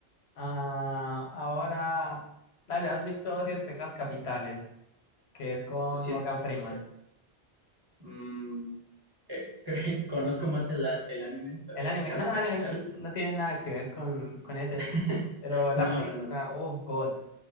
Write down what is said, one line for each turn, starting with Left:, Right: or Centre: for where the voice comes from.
Left: Ah, ahora, dale, ¿has visto Siete Pecados Capitales? Que es con
Right: Pues sí,
Left: Morgan Freeman.
Right: eh, Mm, eh, <laughs> conozco más el, a- el anime, pero
Left: El anime,
Right: Pecados
Left: no, dale,
Right: Capitales.
Left: no tiene nada que ver con, con ese.
Right: <laughs>
Left: Pero la
Right: No,
Left: película,
Right: no, no.
Left: oh, God,